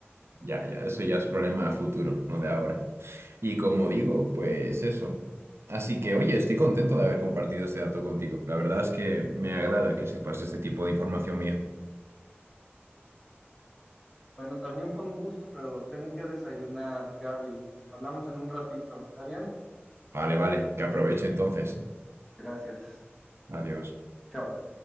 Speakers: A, on the right; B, in the centre.
A: Ya, ya. Eso ya es problema futuro, no de ahora. Y como digo, pues eso. Así que, oye, estoy contento de haber compartido este dato contigo. La verdad es que me agrada que sepas este tipo de información mía.
B: Bueno, también fue un gusto, pero tengo que desayunar, Gaby. Hablamos en un ratito, ¿está bien?
A: Vale, vale. Que aproveche entonces.
B: Gracias.
A: Adiós.
B: Chao.